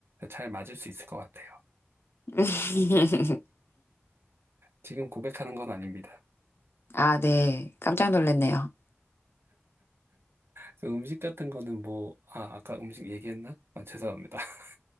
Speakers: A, on the right; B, on the left.
A: 잘 맞을 수 있을 것 같아요.
B: <laughs>
A: 지금 고백하는 건 아닙니다.
B: 아, 네. 깜짝 놀랐네요.
A: 저 음식 같은 거는 뭐, 아, 아까 음식 얘기했나? 아, 죄송합니다. <laughs>